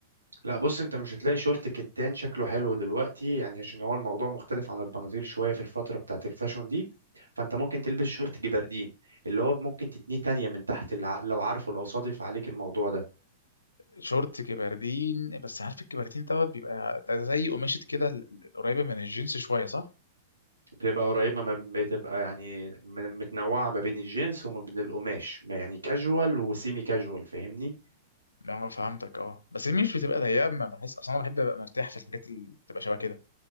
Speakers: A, on the right (about 90°); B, on the left (about 80°).
A: لا بص انت مش هتلاقي شورت كتان شكله حلو دلوقتي يعني عشان هو الموضوع مختلف عن البناطيل شويه في الفتره بتاعت الفاشون دي فانت ممكن تلبس شورت جبردين اللي هو ممكن تتنيه تانية من تحت الع- لو عارفه لو صادف عليك الموضوع ده
B: شورت كبردين بس عارف الكبردين دوت بيبقى زي قماشة كده ال- ال- القريبة من الجينز شوية صح؟
A: بتبقى قريبه ما بتبقى يعني من- متنوعه ما بين الجنس وما بين القماش ما يعني كاجوال وسيمي كاجوال فاهمني
B: لا فهمتك اه بس هي مش بتبقى ضيقة ما بحس اصلا انا بحب ابقى مرتاح في الحاجات اللي بتبقى شبه كده